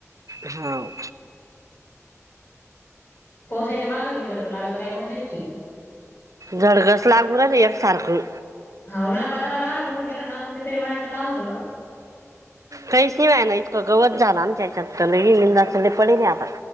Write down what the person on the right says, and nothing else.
हाव.
जळकच लागू राहीलंय एक सारखं.
काही शिवाय ना इतकं गवत झाला आमच्या याच्यात लय लंदा सगले पडिक आहे आता.